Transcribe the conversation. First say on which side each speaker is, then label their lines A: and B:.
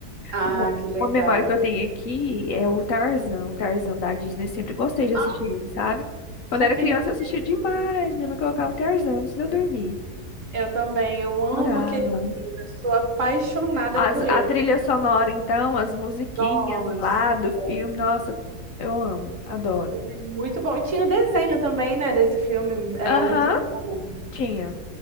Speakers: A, on the right; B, on the left.
A: Ah,
B: Um-
A: que legal.
B: Uma memória que eu tenho aqui é o Tarzan, o Tarzan da Disney. Sempre gostei de
A: Ah,
B: assistir ele, sabe? Quando
A: aquele
B: era criança, eu assistia
A: período.
B: demais. Minha mãe colocava o Tarzan antes de eu dormir.
A: Eu também, eu amo
B: Adorava.
A: aquele filme. Eu sou apaixonada
B: As-
A: por ele.
B: a trilha sonora, então, as musiquinhas
A: Nossa,
B: lá do
A: o
B: filme, nossa, eu amo, adoro.
A: filme é muito bom. E tinha o desenho também, né, desse filme. Era
B: Aham,
A: muito bom.
B: tinha.